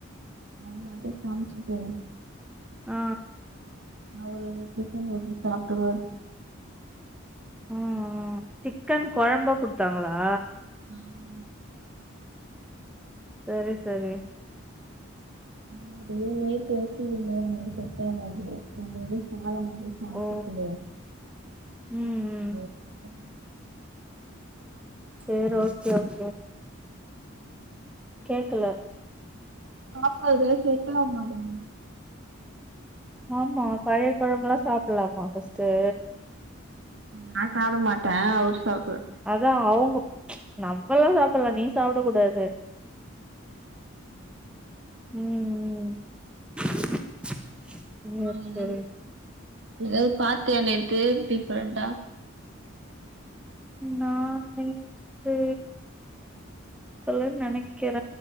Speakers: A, on the right; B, in the centre.
A: அது மட்டு காம்ச்சுட்டு
B: ஆ
A: அவரு புட்டு மட்டு சாப்ட்ருவாறு
B: ம்ம் சிக்கன் கொழம்பா குடுத்தாங்களா
A: ஆமா
B: செரி செரி
A: <unintelligible> பாத்துட்டு
B: ஓ
A: அ
B: ம் ம் சேரி ஓகே ஓகே கேக்கல
A: சாப்பாடு செட்டாவமாட்டேது
B: ஆமா பழைய கொழம்புலா சாப்டலாமா ஃபர்ஸ்ட்டு
A: நா சாப்ட மாட்ட அவரு சாப்டுவாரு
B: அதான் அவங்க நம்மல்லா சாப்ட்லா நீ சாப்ட கூடாது ம் ம் சரி
A: ஆ எதாது
B: சரி.
A: எதாவது பாத்தியா நேத்து டிஃப்ரண்டா
B: நா நேத்து து நெனைக்கிற